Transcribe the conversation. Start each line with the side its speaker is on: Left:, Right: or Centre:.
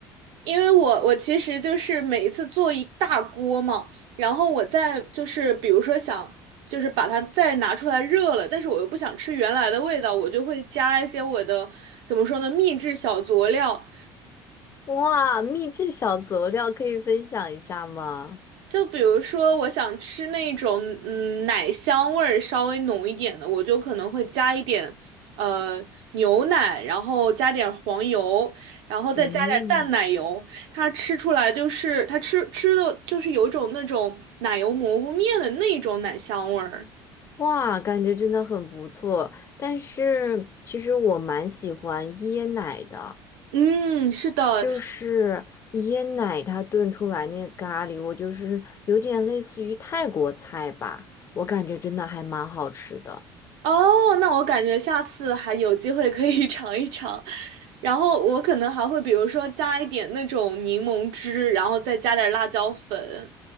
Right: 因为我我其实就是每一次做一大锅嘛，然后我再就是比如说想就是把它再拿出来热了，但是我又不想吃原来的味道，我就会加一些我的怎么说呢秘制小佐料，
Left: 哇，秘制小佐料可以分享一下吗？
Right: 就比如说，我想吃那种嗯奶香味儿稍微浓一点的，我就可能会加一点呃牛奶，然后加点黄油，然后再加点淡奶油。
Left: 嗯。
Right: 它吃出来就是它吃吃的就是有一种那种奶油蘑菇面的那种奶香味儿。
Left: 哇，感觉真的很不错。但是其实我蛮喜欢椰奶的，
Right: 嗯，是的，
Left: 就是椰奶它炖出来那个咖喱，我就是有点类似于泰国菜吧，我感觉真的还蛮好吃的。
Right: 哦，那我感觉下次还有机会可以 <laughs> 尝一尝，然后我可能还会比如说加一点那种柠檬汁，然后再加点辣椒粉，